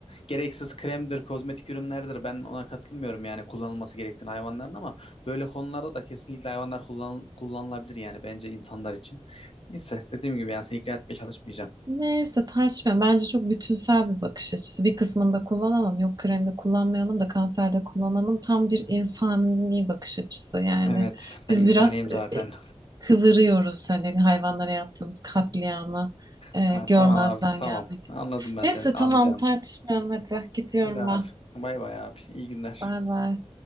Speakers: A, on the left (about 50°); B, on the right (about 35°).
A: gereksiz kremdir, kozmetik ürünlerdir ben ona katılmıyorum yani kullanılması gerektiğini hayvanların ama böyle konularda da kesinlikle hayvanlar kullan, kullanılabilir yani bence insanlar için. Neyse dediğim gibi yani seni ikna etmeye çalışmayacağım.
B: Neyse tartışmayalım. Bence çok bütünsel bir bakış açısı. Bir kısmını da kullanalım. Yok kremde kullanmayalım da kanserde kullanalım. Tam bir insani bakış açısı yani.
A: Evet ben
B: Biz
A: insaniyim
B: biraz
A: zaten.
B: e, e, kıvırıyoruz hani hayvanlara yaptığımız katliamı e,
A: Ha,
B: görmezden
A: tamam abi tamam.
B: gelmek için.
A: Anladım ben
B: Neyse
A: seni
B: tamam
A: anlayacağım.
B: tartışmayalım hadi. Gidiyorum
A: Hadi abi.
B: ben.
A: Bay bay abi. İyi günler.
B: Bay bay.